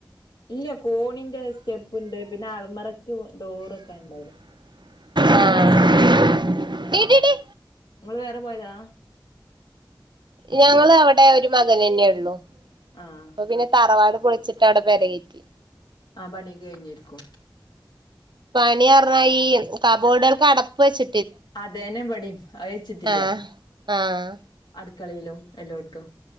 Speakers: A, on the left; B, on the right.
A: ഇല്ല കോണിന്റെ സ്റ്റെപ്പ്ണ്ട് പിന്നെ അൽമറക്ക് ഡോറെക്കണ്ടാർ
B: ആഹ്
A: അ
B: ടീടീടി
A: ഒക്കണ്ട് നിങ്ങള് വേറെ പോയതാ
B: ഞങ്ങള് അവടെ ഒരു മകനന്നേയൊള്ളു
A: ആഹ്
B: അപ്പൊ പിന്നെ തറവാട് പൊളിച്ചിട്ടവടെ പെരകേറ്റി
A: ആ പണീം കയ്ഞ്ഞേര്ക്കും
B: പണിയറഞ്ഞാ ഈ കബോഡുകൾക്ക് അടപ്പെച്ച്
A: അതേനം ഇവിടേം അവെച്ചിട്ടില്ല.
B: ആഹ് ആഹ്
A: അട് ക്കളെലും എല്ലോട്ത്തും.